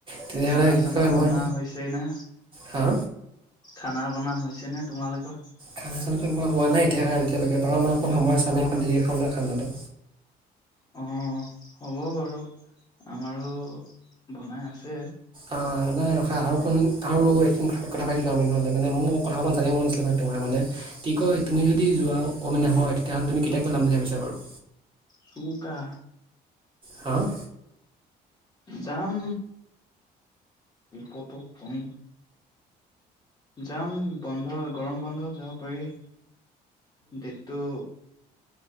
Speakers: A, on the right; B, on the left.
A: তেতিয়াহ'লে
B: খানা
A: কি
B: চানা
A: কয় মই
B: বনোৱা হৈছে নে?
A: হা
B: খানা বনাোৱা হৈছেনে তোমালোকৰ?
A: খানা চানাটো মই হোৱা নাই এতিয়া লকে কাৰণ এতিয়ালৈকে বাৰ মাহ অকণ সময় আছে আমি এক দেৰিকে খাওঁ না খান্ডাটো।
B: অ', হ'ব বাৰু। আমাৰো বনাই আছে।
A: অহ', নাই ৰখা আৰু কণ আৰু একিনিশা কথা পাতি লওঁ আমি নহ'লে মানে মোৰ কথা একখন জানিব মন নাছিলে মান তোমাৰ মানে কি কয় তুমি যদি যোৱা মানে হয় তেতিয়াহ'লে তুমি কেতিয়াকৈওলাম বুলি ভাবিছা বাৰু?
B: চুকা।
A: হাহ',
B: যাম, কত কমি- জাম বন্ধ গৰম বন্ধ যাব পাৰি। ডেতটো